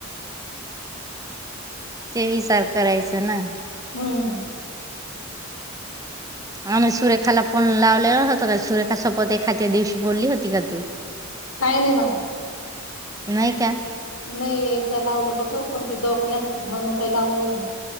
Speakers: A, on the right; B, on the left.
A: ते विचार करायचं ना
B: हम
A: आम्ही सुरेखाला पण लावलेल होतो का सुरेखा शपथ खात दिवशी बोलली होती का तू
B: काही नाही ना
A: नाही का
B: नाही एकदा लावलं होत पण ते‌ दवाखान्यात होती म्हणून काही लावलं नाही